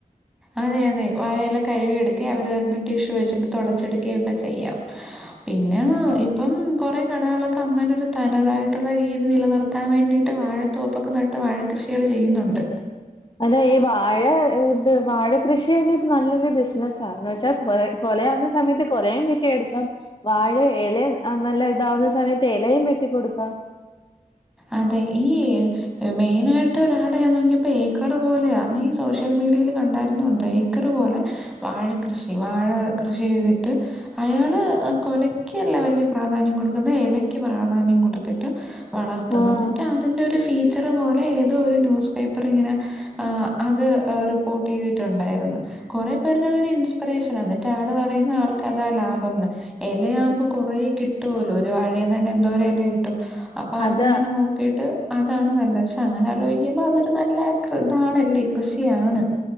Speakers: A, in the centre; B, on the left.
A: അതെ അതെ വഴയെല കഴുവി എട്ക്കെ അവര് ടിഷ്യു വെച്ചിട്ട് തൊടച്ചെടുക്കെ ഒക്കെ ചെയ്യാം പിന്ന ഇപ്പം കൊറേ കടകളൊക്കെ അങ്ങനൊരു തനതായിട്ട്ള്ള രീതി നിലനിർ ത്താൻ വേണ്ടീട്ട് വാഴത്തോപ്പൊക്കെ നട്ട് വാഴക്കൃഷികള് ചെയ്യുന്നുണ്ട്
B: അതെ ഈ വാഴ ഏഹ് ഇത് വാഴ കൃഷി യെന്നെ ഇപ്പൊ നല്ലൊരു ബിസ്നസ്സ ന്ന്വെച്ച കൊറെ കൊലയാവ്ന്ന സമയത്ത് കൊലീം വെട്ടിയെട്ക്കാം വാഴ എലിം നല്ല ഇതാവ്ന്ന സമയത്ത് എലയും വെട്ടികൊട്ക്കാം
A: അതെ ഈ മെയിനാ ആയിട്ട് ഡാഡ് ഞാൻ നോക്കിയപ്പൊ ഏക്കറ് പോലെയാ നീ സോഷ്യൽ മീഡിയേല് കണ്ടാരുന്നു എന്തൊ ഏക്കറ് പോലെ വാഴ കൃഷി വാഴ കൃഷി ചെയ്തിട്ട് അയാള് കൊലക്ക് അല്ല വല്യ പ്രാധാന്യം കൊട്ക്ക്ന്നെ. ഏലയ്ക്ക് പ്രാധാന്യം കൊട്ത്ത്ട്ട് വളർത്തുന്നു
B: ആഹ്
A: ഇന്നിട്ട് അതിന്റെ ഒര് ഫീച്ചർ പോലെ എതോ ഒര് ന്യൂസ് പേപ്പർ ഇങ്ങനെ ആഹ് അത് ഏഹ് റിപ്പോർട്ടീത് ഉണ്ടായിരുന്നു കൊറേ പേർക്ക് അതൊരു ഇൻസ്പ്രേഷന ന്നി റ്റാണ് പറയ്ന്നെ ആൾക്ക് അതാ ലാഭംന്ന് എലയാവുമ്പൊ കൊറേ കിട്ടൂ ഓലൊ ഒര് വഴീന്ന് തന്നെ എന്തോര് എല കിട്ടും. അപ്പൊ അത്ങ്ങനെ
B: അതാ
A: നോ ക്കീട്ട് അതാണ് നല്ലെ പഷെ അങ്ങനെ അലോയ്ക്കുമ്പൊ അതൊര് നല്ല കൃ ഇതാണല്ലെ കൃഷിയാണ്